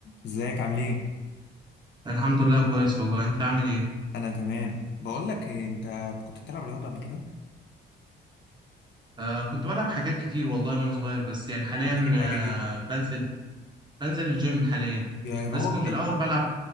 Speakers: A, on the left; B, on the right.
A: ازيك عامل ايه؟
B: الحمد لله كويس والله انت عامل ايه
A: انا تمام بقول لك إيه، انت كنت بتلعب رياضه قبل كده؟
B: آه كنت بلعب حاجات كتير والله وانا صغير بس يعني حاليا
A: ما تقول لي حاجه
B: آه
A: كده
B: بنزل بنزل الجيم حاليا
A: يا راجل
B: بس كنت
A: انت
B: الاول بلعب